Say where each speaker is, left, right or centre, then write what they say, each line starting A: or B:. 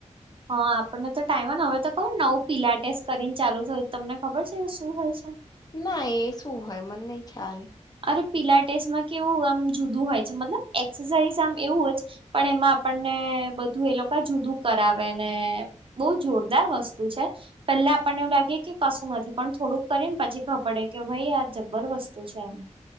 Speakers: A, on the right; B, on the left.
A: હા આપણને તો ટાઈમ ને હવે તો ખબર નવું પીલા ટેસ્ટ કરીને ચાલુ થય તમને ખબર છે શું હોય છે.
B: ના એ શું હોય મને નહી ખ્યાલ
A: અરે પીલા ટેસ્ટમાં કેવું આમ જુદું હોય છે મતલબ એક્સરસાઝ આમ એવું જ પણ એમાં આપણને બધું એ લોકો જુદું કરાવે ને બહુ જોરદાર વસ્તુ છે. પેલા આપણને એવુ લાગે કે કશું નથી પણ થોડુંક કરી ને પછી ખબર પડે કે ભાઈ આ જબર વસ્તુ છેં આમ